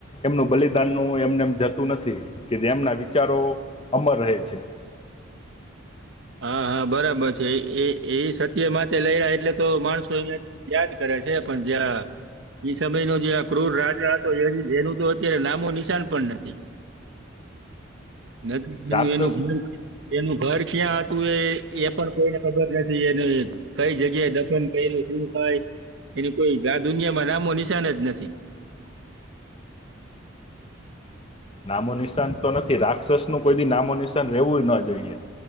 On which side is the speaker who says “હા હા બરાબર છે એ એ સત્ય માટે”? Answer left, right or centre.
Right